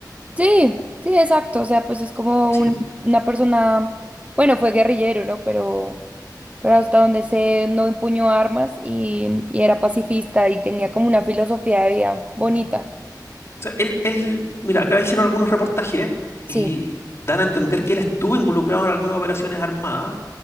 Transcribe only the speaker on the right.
Sí, sí, exacto, o sea, pues es como
un- una persona, bueno, fue guerrillero, ¿no? Pero, pero hasta donde sé, no empuñó armas y, y era pacifista y tenía como una filosofía de vida bonita.
Sí,